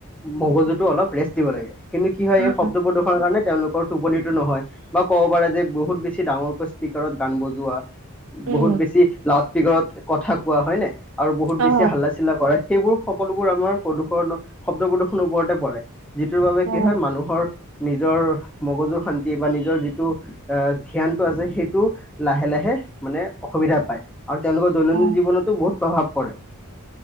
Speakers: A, in the centre; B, on the right.
A: মগজুটো অলপ ৰেষ্ট দিব লাগে। কিন্তু কি হয়
B: উম
A: এই শব্দ
B: উম
A: প্ৰদূষণৰ কাৰণে। তেওঁলোকৰ টোপনিিটো নহয় বা ক'ব পাৰে যে বহুত বেছি ডাঙৰকৈ স্পীকাৰত গান বজোৱা।
B: উম
A: বহুত বেছি লাউড স্পকাৰত কথা কোৱা হয় নে আৰু বহুত
B: অ
A: বেছি হাল্লা চিলা কৰা। সেইবোৰ সকলোবোৰ আমাৰ প্ৰদূৰণৰ শব্দ প্ৰদূৰণৰ ওপৰতে পৰে। যিটোৰ বাবে
B: অ
A: কি হয় মানুহৰ। নিজৰ মগজুৰ শান্তি বা নিজৰ যিটো আহ ধ্যানটো আছে সেইটো। লাহে লাহে মানে অসুবিধা পায় আৰু তেওঁলোকৰ দৈনন্দিন
B: অ
A: জীৱনতো বহুত প্ৰভাৱ পৰে। <inaudible>